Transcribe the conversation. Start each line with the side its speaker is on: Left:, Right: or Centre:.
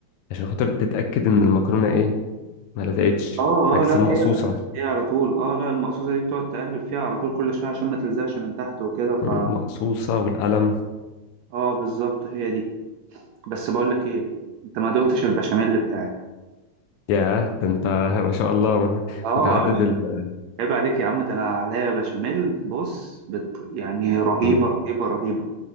Left: عشان خاطر تتاكد ان المكرونه ايه ما لزقتش
Right: اه
Left: عكس
Right: اه لا هي
Left: المقصوصه
Right: هي على طول اه لا المقصوصة دي بتقعد تقلب فيها على طول كل شوية عشان ما تلزقش من تحت وكده ف
Left: المقصوصه والقلم
Right: اه بالظبط هي دي بس بقول لك ايه انت ما دقتش البشاميل بتاعي
Left: ياه ده انت <laughs> ما شاء الله
Right: اه
Left: متعدد
Right: عيب
Left: ال
Right: عيب عليك يا عم ده انا عليا بشاميل بص بت... يعني رهيبه
Left: مم.
Right: رهيبه رهيبه